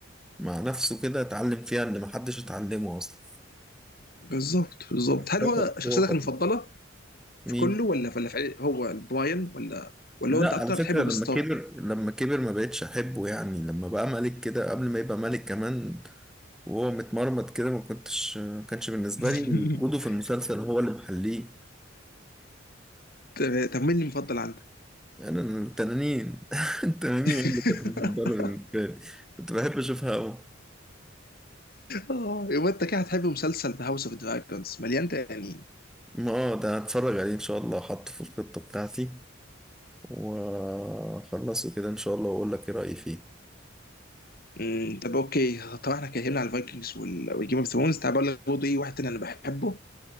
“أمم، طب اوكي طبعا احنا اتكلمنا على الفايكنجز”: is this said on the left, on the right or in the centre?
Left